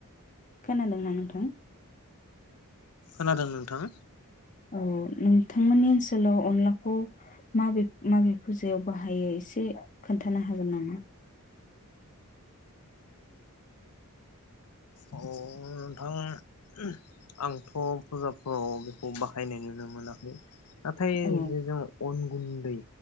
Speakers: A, on the left; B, on the left.
A: खोनादोंना नोंथां
B: खोनादों नोंथां
A: औ नोंथांमोननि ओनसोलाव अनलाखौ माबे माबे फुजायाव बाहायो एसे खोनथानो हागोन नामा
B: औ नोंथां आंथ' फुजाफोराव बेखौ बाहायनाय नुनो मोनाखै नाथाय
A: औ
B: जे जों अन गुनदै